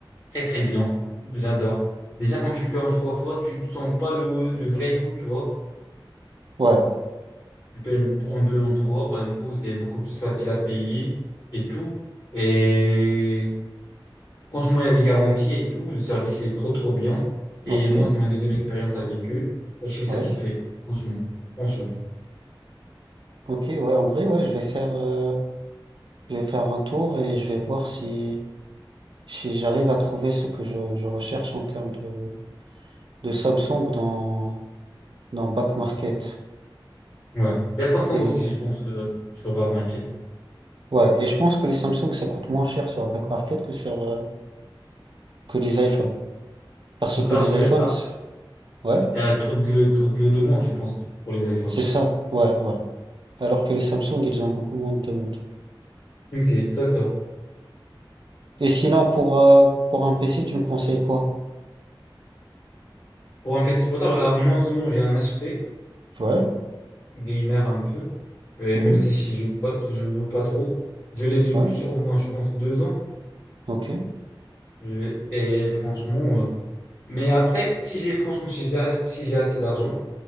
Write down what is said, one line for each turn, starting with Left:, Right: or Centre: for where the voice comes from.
Left: Très, très bien. J'adore. Déjà, quand tu lui payes en trois fois, tu ne sens pas le, le vrai coût, tu vois.
Right: ouais,
Left: Tu payes en deux, en trois, bah, du coup, c'est beaucoup plus facile à payer et tout. Et franchement, il y a des garanties et tout. Le service, il est trop, trop bien. Et
Right: ok,
Left: moi, c'est ma deuxième expérience avec eux. Et je suis satisfait,
Right: ouais,
Left: franchement. Franchement.
Right: ok, ouais, en vrai, ouais, je vais faire, euh, je vais faire un tour et je vais voir si, si j'arrive à trouver ce que je, je recherche en termes de, de Samsung dans, dans Back Market.
Left: Ouais. Et à Samsung
Right: Et,
Left: aussi, je pense que sur Market.
Right: Ouais, et je pense que les Samsung, ça coûte moins cher sur Back Market que sur euh, que les iPhones. Parce que
Left: Parce
Right: les
Left: que,
Right: iPhones,
Left: ah,
Right: c'est- ouais,
Left: il y a trop de, trop de demande, je pense, pour les iPhones.
Right: c'est ça, ouais, ouais. Alors que les Samsung, ils ont beaucoup moins de demandes.
Left: Ok, d'accord.
Right: Et sinon, pour, euh, pour un PC, tu me conseilles quoi?
Left: Pour un PC portable, alors moi, en ce moment, j'ai un HP.
Right: Ouais,
Left: gamer un peu, Euh,
Right: mhm,
Left: même si je joue pas, je joue pas trop. Je l'ai depuis
Right: ouais,
Left: au moins, je pense, deux ans.
Right: ok,
Left: Je l'ai- et franchement, euh, mais après, si j'ai franchement, si j'ai si j'ai assez d'argent,